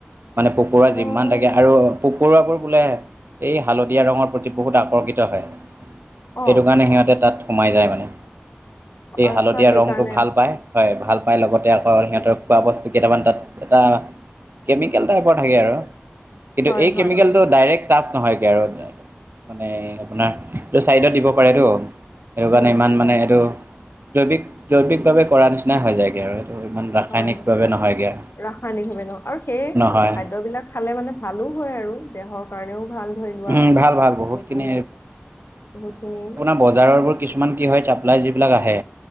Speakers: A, on the right; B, on the left.
A: মানে পোক পৰুৱা
B: অ',
A: যিমান থাকে আৰু পোক পৰুৱা বোৰ বোলে, এই হালধীয়া ৰঙৰ প্ৰতি বহুত আকৰ্ষিত হয় সেইটো
B: অ',
A: কাৰণে সিহঁতে তাত সোমাই যায় মানে। এই
B: আচ্ছা
A: হালধীয়া
B: সেইকাৰণে
A: ৰংটো ভাল পায় হয় ভাল পায় লগতে আকৌ সিহঁতৰ খোৱা বস্তু কেইটামান তাত, এটা কেমিকেল টাইপৰ থাকে আৰু কিন্তু
B: হয়,
A: এই
B: হয়,
A: কেমিকেল, টো ডাইৰেক্ট টাচ নহয়গে আৰু, মানে আপোনাৰ এইটো চাইডত দিব পাৰেতো সেইটো
B: উম,
A: কাৰণে ইমান মানে এইটো, জৈৱিক জৈৱিকভাৱে কৰা নিচিনাই হৈ যায়গে আৰু। এইটো ইমান ৰাসায়নিকভাৱে
B: হয়
A: নহয়গৈ
B: ৰাসায়নিক ভাৱে ন, আৰু সেই
A: নহয়
B: খাদ্যবিলাক খালে মানে ভালো হয় আৰু দেহৰ। কাৰণেও ভাল ধৰি লোৱা
A: উম, ভাল ভাল বহুতখিনি
B: একো বহুতখিনি।
A: বজাৰবোৰ কিছুমান কি হয় চাপ্লাই যিবিলাক আহে